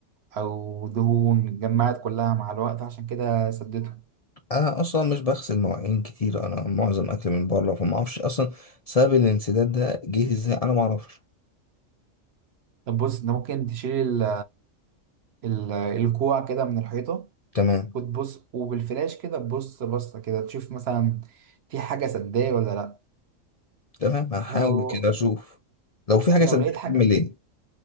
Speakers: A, on the right; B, on the left.
A: او دهون اتجمعت كلها مع الوقت عشان كده سدته
B: انا اصلا مش بغسل مواعين كتير انا معظم اكل من بره فما اعرفش اصلا سبب الانسداد ده جه ازاي انا ما اعرفش
A: طب بص انت ممكن تشيل ال... ال... الكوع كده من الحيطه
B: تمام
A: وتبص وبالفلاش كده تبص بصه كده تشوف مثلا في حاجه سداه ولا لا
B: تمام هحاول
A: لو
B: كده اشوف لو في حاجه
A: لو
B: صدقني
A: لقيت حاجه
B: اعمل ايه